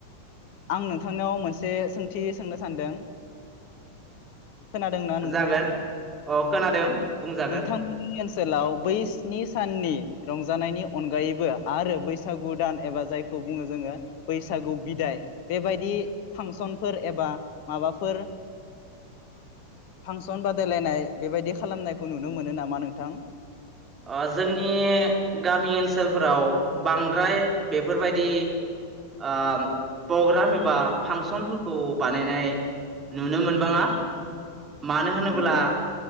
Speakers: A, on the left (about 45°); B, on the right (about 20°).
A: आं नोंथांनाव मोनसे सोंथि सोंनो सानदों खोनादोंना नोंथाङा
B: जागोन अ खोनादों बुंजागोन
A: नोंथांमोननि ओनसोलाव बै सिनि साननि रंजा जानायनि अनगायैबो आरो बैसागु दान एबा जायखौ बुङो जोङो बैसागु बिदाय बेबायदि फांसनफोर एबा माबाफोर फांसन बादायलायनाय बेबायदि खालामनाय खौ नुनो मोनो नामा नोंथां?
B: अ जोंनि गामि ओनसोलफोराव बांद्राय बेफोरबायदि ओ पग्राम एबा फांसनफोरखौ बानायनाय नुनो मोनबांआ मानो होनोब्ला
A: नंगौ नामा